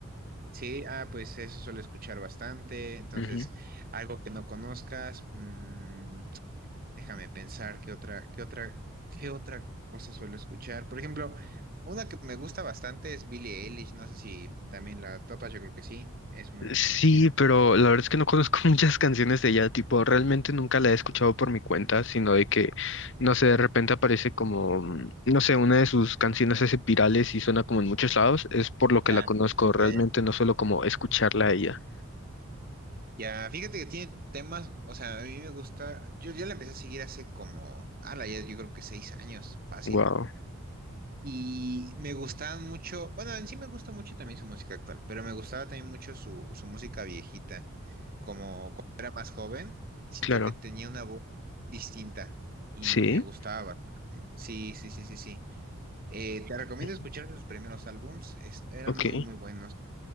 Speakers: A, on the right; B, on the left.
A: Sí, ah, pues eso suelo escuchar bastante, entonces
B: Ujú.
A: algo que no conozcas. mm, Déjame pensar qué otra, qué otra, qué otra cosa suelo escuchar. Por ejemplo, una que me gusta bastante es Billie Eilish. No sé si también la topas, yo creo que sí. Es muy, muy
B: Sí,
A: conocida.
B: pero la verdad es que no conozco <laughs> muchas canciones de ella, tipo, realmente nunca la he escuchado por mi cuenta, sino de que, no sé, de repente aparece como, mm, no sé, una de sus canciones hace virales y suena como en muchos lados, es por lo que
A: Ya,
B: la conozco, realmente
A: ya, ya.
B: no solo como escucharla a ella.
A: Ya, fíjate que tiene temas, o sea, a mí me gusta. Yo ya la empecé a seguir hace como, ala, ya yo creo que seis años, fácil.
B: Wow.
A: Y me gustaban mucho, bueno, en sí me gusta mucho también su música actual, pero me gustaba también mucho su, su música viejita. Como cuando era más joven, siento
B: Claro.
A: que tenía una voz distinta y
B: Sí.
A: me gustaba bastante. Sí, sí, sí, sí, sí. Eh, te recomiendo
B: Ujú.
A: escuchar sus primeros álbums, es- eran
B: Ok.
A: muy, muy buenos.